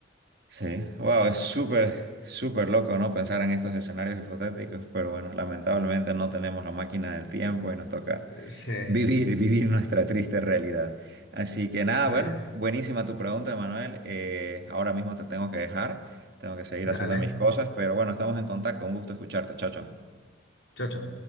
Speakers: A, on the right (about 50°); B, on the left (about 70°).
A: sí. Wow,
B: ah,
A: es súper, súper loco, ¿no? Pensar en estos escenarios hipotéticos, pero bueno, lamentablemente no tenemos la máquina del tiempo y nos toca
B: eh, se,
A: vivir, vivir nuestra triste realidad. Así que nada,
B: se,
A: bueno, buenísima tu pregunta, Manuel. Eh, ahora mismo te tengo que dejar, tengo que seguir
B: dale.
A: haciendo mis cosas, pero bueno, estamos en contacto. Un gusto escucharte. Chao, chao.
B: Chao, chao.